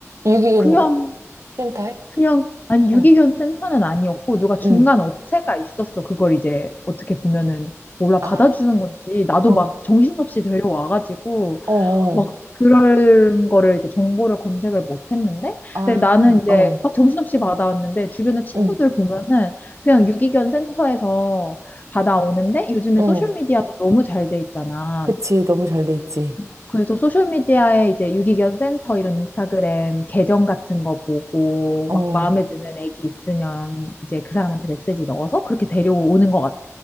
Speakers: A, on the right (about 70°); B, on the left (about 35°).
A: 유기견
B: 그냥
A: 센터에?
B: 그냥 아니
A: 어.
B: 유기견 센터는 아니었고 누가 중간
A: 응.
B: 업체가 있었어. 그걸 이제 어떻게 보면은 몰라
A: 아,
B: 받아주는 건지 나도
A: 어.
B: 막 정신없이 데려와가지고
A: 어. 어.
B: 막 그런 거를 이제 정보를 검색을 못 했는데,
A: 아,
B: 근데 나는 이제
A: 어.
B: 막 정신없이 받아왔는데, 주변에 친구들
A: 응.
B: 보면은 그냥 유기견 센터에서 받아오는데, 요즘에
A: 어.
B: 소셜미디어도 너무 잘 돼 있잖아.
A: 그치, 너무 잘 돼 있지.
B: 뭐, 그래서 소셜미디어에 이제 유기견 센터 이런 인스타그램 계정 같은 거 보고,
A: 어.
B: 막 마음에 드는 애기 있으면 이제 그 사람한테 메시지 넣어서 그렇게 데려오는 것 같아.